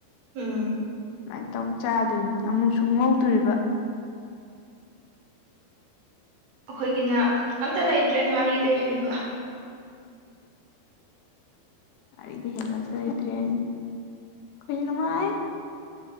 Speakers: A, on the right; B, on the left.
A: ꯎꯝ꯫
B: ꯁꯨꯃꯥꯏꯅ ꯇꯧ ꯆꯥꯗꯣꯏꯅꯤ ꯑꯃꯨꯛꯁꯨ ꯉꯧꯗꯣꯔꯤꯕ꯫
A: ꯑꯩꯈꯣꯏꯒꯤꯅ ꯑꯝꯇ ꯂꯩꯇ꯭ꯔꯦ ꯉꯥꯔꯤꯗꯩ ꯍꯦꯟꯕ꯫
B: ꯑꯩꯗꯤ ꯍꯦꯜꯂ ꯑꯝꯇ ꯂꯩꯇ꯭ꯔꯦ ꯑꯩ ꯈꫭꯏꯗꯤ ꯅꯨꯡꯉꯥꯏ꯫